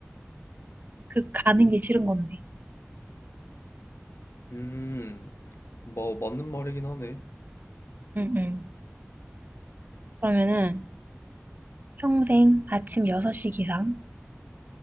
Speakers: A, on the right (about 45°); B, on the left (about 75°).
A: 그 가는 게 싫은 건데.
B: 음, 뭐, 맞는 말이긴 하네.
A: 응, 응. 그러면은 평생 아침 6시 기상